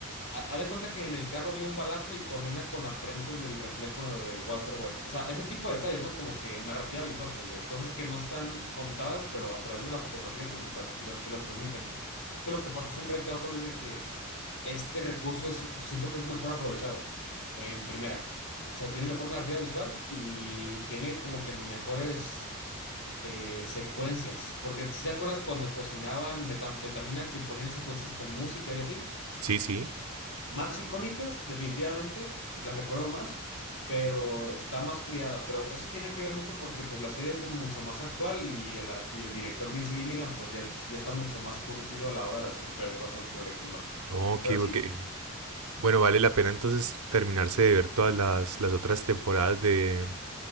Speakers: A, on the left; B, on the right.
A: ha- haz de cuenta que en el carro vio un balazo y coordina con la frente del reflejo de Walter White. O sea, ese tipo de detalles, ¿no? Como que narrativa visual, pues de cosas que no están contadas, pero a través de la fotografía te, tra- la- te las transmiten. Entonces, lo que pasa en Breakout Solo es de que este recurso es, siento que es mejor aprovechado en primera. O sea, tiene mejor narrativa visual y tiene como que mejores eh, secuencias. Porque si te acuerdas cuando cocinaban metanfetamina que ponían secuencias con música y así.
B: Sí, sí.
A: Más icónicas, definitivamente, las recuerdo más, pero está más cuidada. Pero eso tiene que ver mucho porque pues la serie es mucho más actual y el, y el director Vince Gilligan pues ya, ya está mucho más curtido a la hora de hacer Better Call Saul que Breaking Bad.
B: Ok,
A: Pero sí,
B: ok. Bueno, vale la pena entonces terminarse de ver todas las, las otras temporadas de,